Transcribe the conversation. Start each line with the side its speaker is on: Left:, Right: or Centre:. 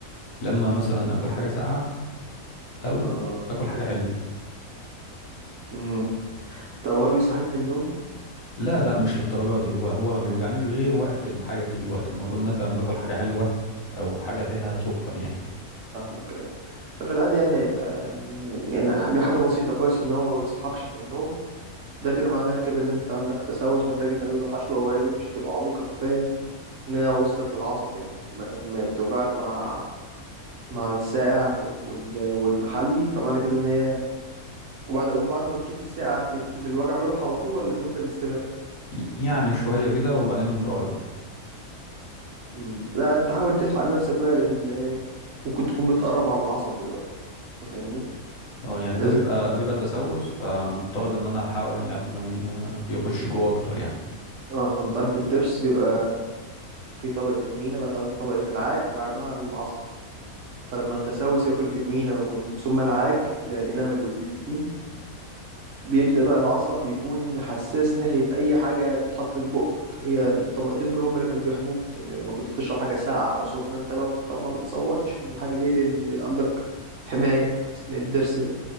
Left: لما مثلا اكل حاجة ساقعة او
Right: اه
Left: اكل حاجة حلوة
Right: امم طب هو اللي بيصحيك من النوم
Left: لا لا مش للدرجة دي هو هو ما بيوجعنيش غير وقت الحاجة دي وقت ما اكون مثلا باكل حاجة حلوة او حاجة فيها سكر يعني
Right: فاهمك أيوة. في العادي يعني هيبقى يعني دي حاجة بسيطة كويس ان هو ما بيصحكش من النوم ده كده معناها كده ان انت عندك تسوس محتاج تعمل له حشوة وغالبا مش هتبقى عميقة كفاية انها وصلت للعصب يعني ما دام بتوجعك مع مع الساقع وال... والمحلي فمعنى كده ان هي وبعد وبعد ما بتشيل الساقع بت... الوجع بيروح على طول ولا بيفضل يستمر؟
Left: ي- يعني شوية كده وبعدين يقوم رايق
Right: مم. لا انت حاول تلحق نفسك بقى لان ممكن تكون بتقرب على العصب دلوقتي انت فاهمني
Left: اه يعني
Right: لازم
Left: ده بيبقى بيبقى تسوس فمفترض ان انا الحقه يعني قبل ما ي- يخش جوه اكتر يعني
Right: اه انت عارف الضرس بيبقى في طبقة المينا بعدها طبقة العاج بعدها العصب فلما التسوس ياكل في المينا ومن ثم العاج اللي هي الانامل والدنتين بيبدأ بقى العصب بيكون حساس ناحية أي حاجة تتحط في بقك هي الطبقتين دول هم اللي كانوا بيحموك يعني لما كنت تشرب حاجة ساقعة أو سخنة أنت ما بتط... ما بتصوتش من الحاجة ليه لأن عندك حماية اسمها الضرس ده